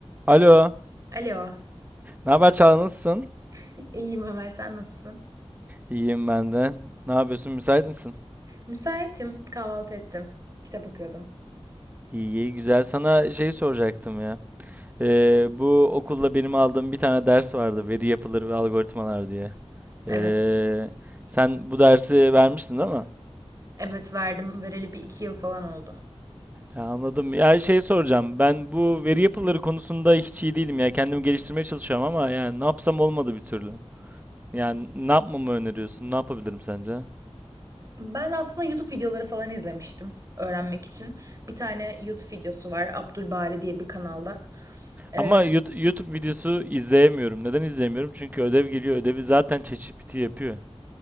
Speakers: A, on the right; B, on the right.
A: Alo.
B: Alo.
A: Ne haber Çağla nasılsın?
B: <laughs> İyiyim Ömer, sen nasılsın?
A: İyiyim ben de. Ne yapıyorsun? Müsait misin?
B: Müsaitim, kahvaltı ettim. Kitap okuyordum.
A: İyi, iyi, güzel. Sana şey soracaktım ya. Ee, bu okulda benim aldığım bir tane ders vardı. Veri yapıları ve algoritmalar diye.
B: Evet.
A: Ee, sen bu dersi vermiştin değil mi?
B: Evet verdim. Vereli bir iki yıl falan oldu.
A: Ya anladım. Ya şey soracağım. Ben bu veri yapıları konusunda hiç iyi değilim ya. Kendimi geliştirmeye çalışıyorum ama yani ne yapsam olmadı bir türlü. Yani ne yapmamı öneriyorsun? Ne yapabilirim sence?
B: Ben aslında YouTube videoları falan izlemiştim öğrenmek için. Bir tane YouTube videosu var Abdülbari diye bir kanalda. Ee,
A: Ama Yout- YouTube videosu izleyemiyorum. Neden izleyemiyorum? Çünkü ödev geliyor. Ödevi zaten ChatGPT yapıyor.